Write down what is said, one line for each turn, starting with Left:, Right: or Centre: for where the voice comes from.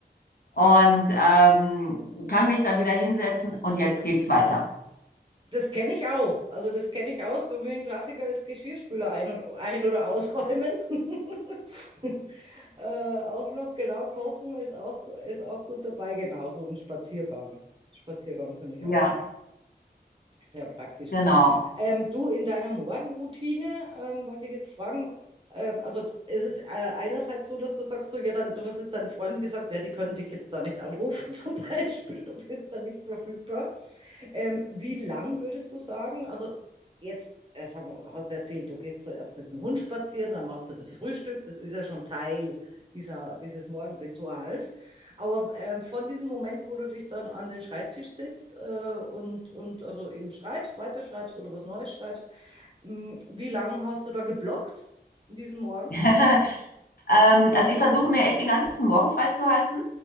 Left: und ähm, kann mich dann wieder hinsetzen und jetzt geht's weiter.
Right: das kenne ich auch. Also das kenne ich aus. Bei mir ein Klassiker ist Geschirrspüler ein- und, ein- oder ausräumen. <laughs> äh, auch noch, genau, kochen ist auch, ist auch gut dabei. Genau, so ein Spaziergang. Spaziergang finde ich
Left: Ja,
Right: auch. Sehr praktisch.
Left: genau.
Right: Ähm, du, in deiner Morgenroutine ähm, wollte ich jetzt fragen, ähm, also ist es äh, einerseits so, dass du sagst, so, ja, dann, du hast es deinen Freunden gesagt, ja, die können dich jetzt da nicht anrufen <laughs> zum Beispiel, du bist da nicht verfügbar. Ähm, wie lang würdest du sagen? Also jetzt, äh, sag mal, hast du erzählt, du gehst zuerst mit dem Hund spazieren, dann machst du das Frühstück. Das ist ja schon Teil dieser, dieses Morgenrituals. Aber ähm, von diesem Moment, wo du dich dann an den Schreibtisch sitzt äh, und, und also eben schreibst, weiterschreibst oder was Neues schreibst, mh, wie lange hast du da geblockt diesen Morgen?
Left: <laughs> ähm, also ich versuche mir echt den ganzen Morgen freizuhalten.